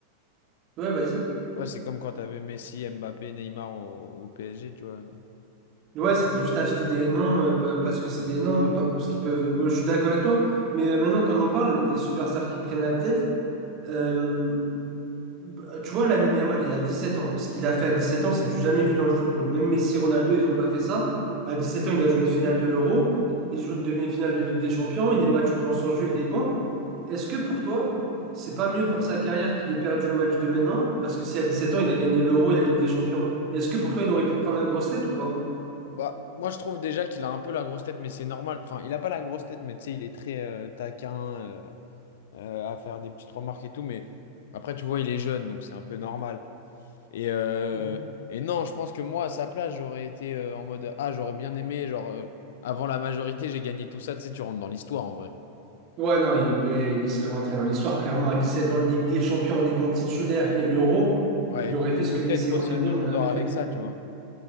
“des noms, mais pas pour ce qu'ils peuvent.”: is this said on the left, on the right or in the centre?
Right